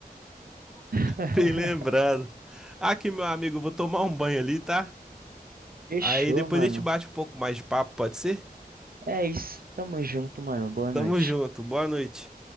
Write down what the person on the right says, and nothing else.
<laughs>
Fechou,
mano.
É isso. Tamo junto, mano. Boa
noite.